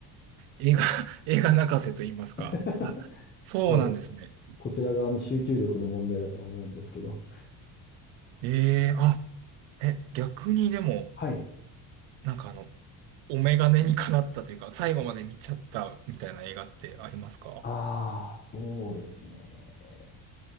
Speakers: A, on the right; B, on the left.
A: 映画、<laughs> 映画泣かせと言いますか。
B: <laughs>
A: あ、そうなんですね。
B: 多分こちら側の集中力の問題だと思うんですけど、
A: ええあ、え、逆にでも、
B: はい。
A: なんかあの、お眼鏡にかなったというか、最後まで見ちゃったみたいな映画ってありますか
B: ああ、そうですね。